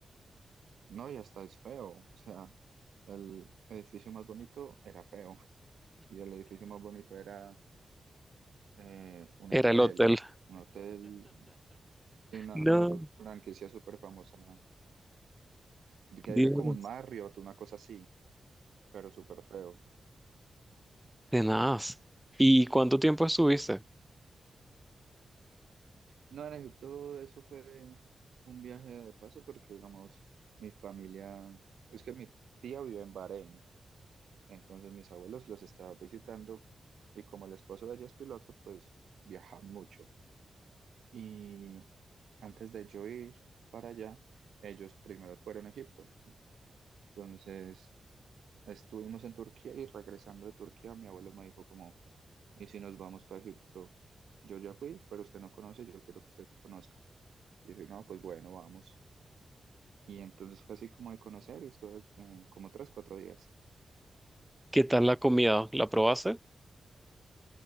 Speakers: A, on the right; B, in the centre.
A: No, y hasta es feo. O sea, el edificio más bonito era feo. Y el edificio más bonito era eh, un
B: Era
A: hotel.
B: el hotel.
A: Un hotel de una
B: No,
A: franquicia súper famosa. Que
B: Dios.
A: era como un Marriott, una cosa así, pero súper feo.
B: De nada. ¿Y cuánto tiempo estuviste?
A: No, en Egipto eso fue un viaje de paso porque, digamos, mi familia, es que mi tía vive en Bahrein, entonces mis abuelos los estaba visitando y como el esposo de ella es piloto, pues viajan mucho. Y antes de yo ir para allá, ellos primero fueron a Egipto. Entonces estuvimos en Turquía y regresando de Turquía, mi abuelo me dijo como, ¿y si nos vamos para Egipto? Yo ya fui, pero usted no conoce, yo quiero que usted conozca. Y dije, no, pues bueno, vamos. Y entonces fue así como de conocer y estuve eh, como tres, cuatro días.
B: ¿Qué tal la comida? ¿La probaste?